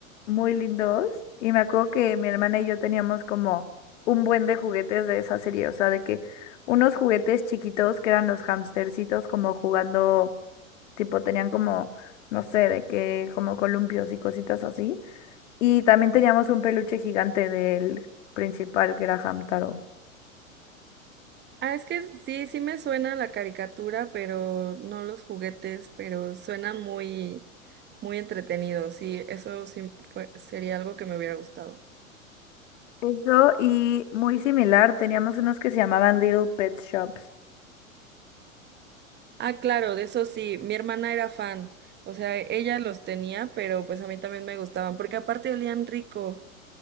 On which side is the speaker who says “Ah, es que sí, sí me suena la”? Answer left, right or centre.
Right